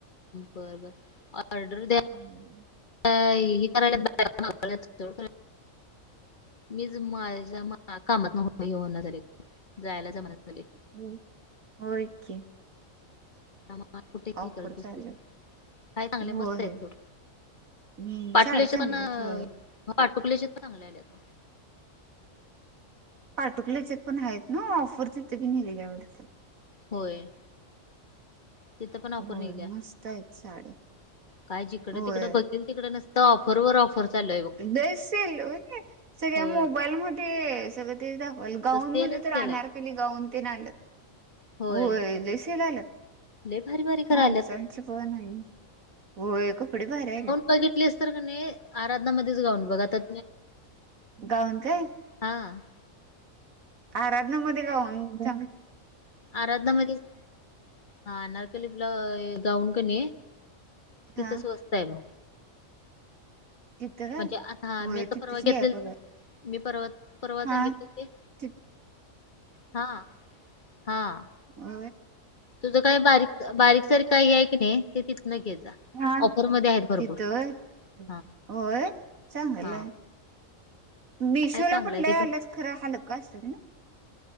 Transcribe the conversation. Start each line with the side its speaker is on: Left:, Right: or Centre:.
Left: बरबर ऑर्डर द्या
Right: हम्म.
Left: हे करायलाो मीच माझ्या मा कामात न घेऊन झाली जायला जमाना झाली.
Right: हो हो एके.
Left: मा कुठेही
Right: ऑफर
Left: करत बसतेस
Right: चालेल
Left: काय चांगले
Right: होय
Left: मस्त आहेत थोड.
Right: हम्म
Left: पाटुल्याचे
Right: साड्या चांगल्या
Left: पना
Right: आहेत होय.
Left: पाटुकल्याचे चांगले आले त.
Right: पाठुकल्याचे पण आहेत ना ऑफर तिथे पि नाही रेात.
Left: होय. तिथं पण ऑफर
Right: होय
Left: निघल्या
Right: मस्त आहेत साड्या
Left: काय जिकड
Right: होय
Left: तिकडं बघल. तिकडे नसंत ऑफर ऑफर. चालू आहे बघ
Right: बसेल हो. सगळ्या
Left: होय
Right: मोबाईलमध्ये सगळं तेरी दाखवाल गाऊनमध्येध्ये
Left: तसं सेलच
Right: तर
Left: केलंय
Right: राणार क गाऊन ते नालं.
Left: होय
Right: हो जेसीला आला.
Left: लय भारी भारी करायल्यात
Right: माणसांच प ना हो कपडे भरले.
Left: ब घेतली अस तर का नाही आराधनामध्येच गाऊन बघातात.
Right: गाऊन काय
Left: हा.
Right: आराधनामध्येध्ये काऊनां.
Left: आराधना मध्ये हानारकलीपला गाऊन कणी तिथं
Right: हा
Left: स्वस्त आहे बघ
Right: तिथं काय
Left: म्हणजे आता
Right: होय
Left: मी आता
Right: तिथंच
Left: परवा घेतलेल
Right: घ्याय पाहिजे
Left: मी परवा परवाजां
Right: हा
Left: घेतली ते
Right: ति
Left: हा हा.
Right: अ..
Left: तुझं काही बारीक बारीकसारख काही आहे की नाही ते तिथन घ्या जा.
Right: हा.
Left: ऑफरमध्ये आहेत भरपूर
Right: तिथं होय.
Left: हा
Right: होय चांगलं
Left: हा.
Right: आहे. मिशोला
Left: काय चांगलं
Right: पण
Left: आहे
Right: लय
Left: ते
Right: आल्याच खरं हालका असत ना.